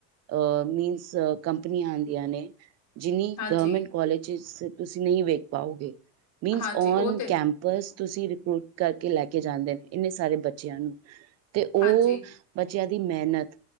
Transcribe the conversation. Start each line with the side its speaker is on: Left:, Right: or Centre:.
Right: ਅ ਮੀਨਸ ਕੰਪਨੀਆਂ ਆਉਂਦੀਆਂ ਨੇ ਜਿੰਨੀ
Left: ਹਾਂਜੀ
Right: ਗੌਰਮੈਂਟ ਕਾਲਜ ਤੁਸੀਂ ਨਹੀਂ ਵੇਖ ਪਾਓਗੇ ਮੀਨਸ
Left: ਹਾਂਜੀ
Right: ਔਨ
Left: ਉਹ ਤੇ
Right: ਕੈਂਪ ਬਸ ਤੁਸੀਂ ਰਿਕਰੂਟ ਕਰਕੇ ਲੈ ਕੇ ਜਾਂਦੇ ਨੇ ਇੰਨੇ ਸਾਰੇ ਬੱਚਿਆਂ ਨੂੰ ਤੇ ਉਹ
Left: ਹਾਂਜੀ
Right: ਬੱਚਿਆਂ ਦੀ ਮਿਹਨਤ